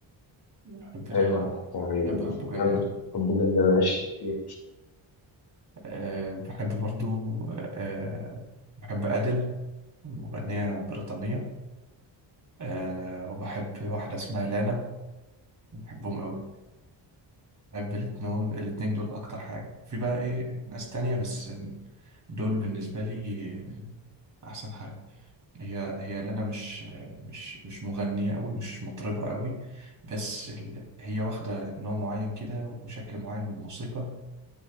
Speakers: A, on the right; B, on the left.
A: بحب ده
B: حلوة يعني
A: بحب حبه جنة
B: جامد
A: قوي
B: حب جنة ما عشت فيها
A: أه بحب برضو أه بحب أدل مغنية بريطانية أه وبحب واحدة اسمها لانا بحبهم قوي بحب الاتنين الاتنين دول أكتر حاجة في بقى إيه ناس تانية بس دول بالنسبة لي أحسن حاجة هي هي لنا مش مش مش مغنية أوي مش مطربة أوي بس ال... هي واخدة نوع معين كده وشكل معين من الموسيقى